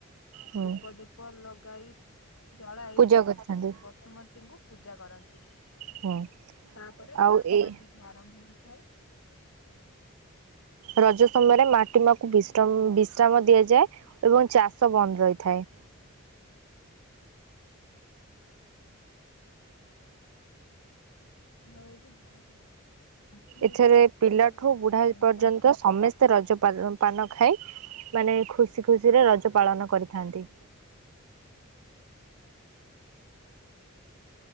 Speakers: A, on the right; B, on the left.
A: ହୁଁ
B: ଦୂପ, ଦୀପ ଲଗାଇ ଜଳାଇ,
A: ପୂଜା କରିଥାନ୍ତି
B: ବସୁମତୀଙ୍କୁ ପୂଜା କରନ୍ତି,
A: ହୁଁ
B: ତା'ପରେ
A: ଆଉ
B: ଚାଷ
A: ଏଇ
B: କାର୍ଯ୍ୟଟି ଆରମ୍ଭ ହେଇଥାଏ।
A: ରଜ ସମ--ରେ ମାଟି ମାକୁ ବିଶ୍ରମ୍ ବିଶ୍ରାମ ଦିଆଯାଏ। ଏବଂ ଚାଷ ବନ୍ଦ୍
B: ହଁ।
A: ରଇଥାଏ।
B: <inaudible> ସାଂସ୍କୃତିକ
A: ଏଠାରେ
B: ପର୍ବ
A: ପିଲାଠୁ
B: ମଧ୍ୟରୁ
A: ବୁଢ଼ା--ପର୍ଯ୍ୟନ୍ତ
B: ଅନ୍ୟତମ
A: ସମେ ସେ ରଜ ପା---ପାନ ଖାଇ, ମାନେ ଖୁସି ଖୁସିରେ ରଜ ପାଳନ କରିଥାନ୍ତି।